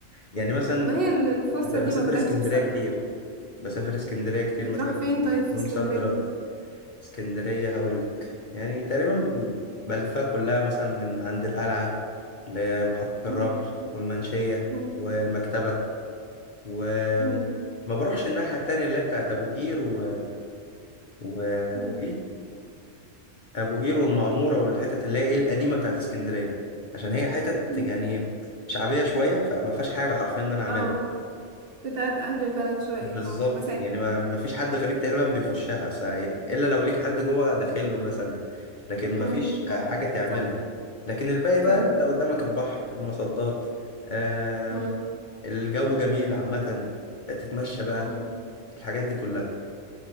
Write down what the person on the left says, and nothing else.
يعني مثلا
ب-
بسافر
اسكندريه
كتير بسافر اسكندريه كتير
مثلا
يوم
صد رد اسكندريه هقول لك يعني تقريبا بلفها كلها مثلا من عند القلعه لمحطه الرمل
والمنشيه
والمكتبه وما
بروحش الناحية التانية اللي هي بتاعت أبو قير و... و...
وإيه أبو قير والمعمورة والحتت اللي هي إيه القديمة بتاعت اسكندرية عشان هي حتت
يعني شعبية شوية فما فيهاش حاجة حرفيا إن أنا أعملها
بالظبط
يعني ما ما فيش حد غريب تقريبا بيخشها س- يعني إلا لو ليك حد جوه داخل له مثلا لكن
ما فيش
آه، حاجة تعملها
لكن الباقي بقى
أنت قدامك البحر المصدات آه
الجو جميل عامة تتمشى بقى
الحاجات دي كلها